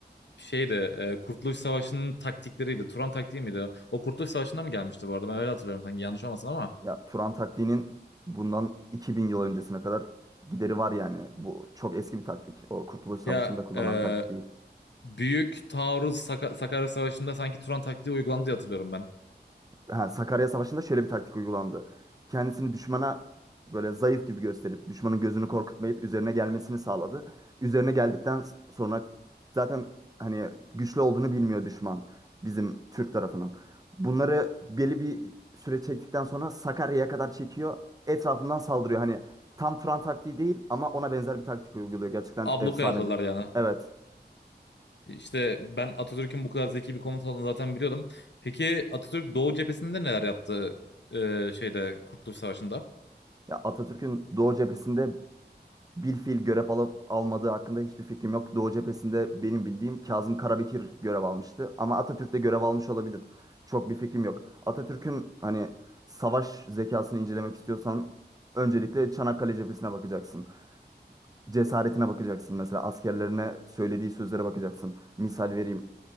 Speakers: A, on the left (about 85°); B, on the right (about 20°).
A: şeydi e, Kurtuluş Savaşı'nın taktikleriydi. Turan taktiği miydi? O Kurtuluş Savaşı'nda mı gelmişti bu arada? Ben öyle hatırlıyorum sanki yanlış olmasın ama.
B: Ya Turan taktiğinin bundan 2000 yıl öncesine kadar gideri var yani. Bu çok eski bir taktik. O Kurtuluş Savaşı'nda
A: Ya
B: kullanılan
A: e,
B: bir taktik değil.
A: büyük taarruz Saka- Sakarya Savaşı'nda sanki Turan taktiği uygulandı diye hatırlıyorum ben.
B: ha, Sakarya Savaşı'nda şöyle bir taktik uygulandı. Kendisini düşmana böyle zayıf gibi gösterip düşmanın gözünü korkutmayıp üzerine gelmesini sağladı. Üzerine geldikten sonra zaten hani güçlü olduğunu bilmiyor düşman bizim Türk tarafının. Bunları belli bir süre çektikten sonra Sakarya'ya kadar çekiyor. Etrafından saldırıyor. Hani tam Turan taktiği değil ama ona benzer bir taktik uyguluyor. Gerçekten
A: Ablukaya
B: efsane
A: aldılar
B: bir.
A: yani.
B: Evet.
A: E, İşte ben Atatürk'ün bu kadar zeki bir komutan olduğunu zaten biliyordum. Peki Atatürk Doğu cephesinde neler yaptı e, şeyde Kurtuluş Savaşı'nda?
B: Ya Atatürk'ün Doğu cephesinde bilfiil görev alıp almadığı hakkında hiçbir fikrim yok. Doğu cephesinde benim bildiğim Kazım Karabekir görev almıştı. Ama Atatürk de görev almış olabilir. Çok bir fikrim yok. Atatürk'ün hani savaş zekasını incelemek istiyorsan öncelikle Çanakkale cephesine bakacaksın. Cesaretine bakacaksın. Mesela askerlerine söylediği sözlere bakacaksın. Misal vereyim.